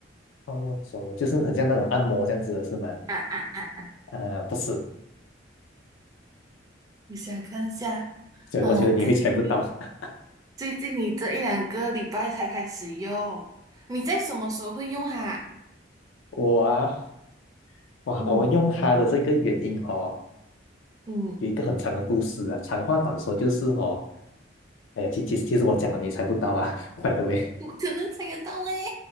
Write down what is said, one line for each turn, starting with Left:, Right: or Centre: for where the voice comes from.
Left: 按摩手啊就是很像那种按摩这样子的是吗？
Right: 啊啊啊！
Left: 呃，不是，
Right: 我想看一下？
Left: 所以我觉得你会猜不到。
Right: 嗯，最近你
Left: <laughs>
Right: 最近你这一两个礼拜才开始用，你在什么时候会用它？
Left: 我啊，哇，
Right: 嗯
Left: 我用它的这个原因哦，
Right: 嗯，
Left: 有一个很长的故事啊。长话短说就是哦，哎呀，其其实其实我讲了你也猜不到啊 <laughs>，by the way，
Right: 不可能猜得到诶，